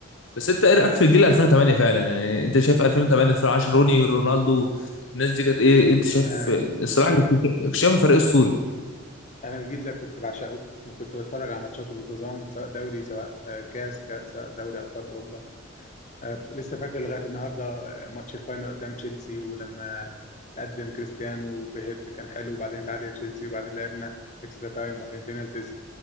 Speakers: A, on the left; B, on the left.
A: بس انت ايه رايك في الجيل 2008 فعلا يعني انت شايف 2008 2010 روني ورونالدو الناس دي كانت ايه انت شايف
B: انا
A: الصراحه كنت شايفه فريق اسطوري
B: انا الجيل ده كنت بعشقه وكنت بتفرج على ماتشاته بانتظام سواء دوري سواء آه، كاس ك- سواء دوري ابطال اوروبا آه، لسه فاكر لغايه النهارده آه، ماتش الفاينل قدام تشيلسي ولما قدم كريستيانو بهيد كان حلو وبعدين تعادل تشيلسي وبعدين لعبنا اكسترا تايم وبعدين بينالتيز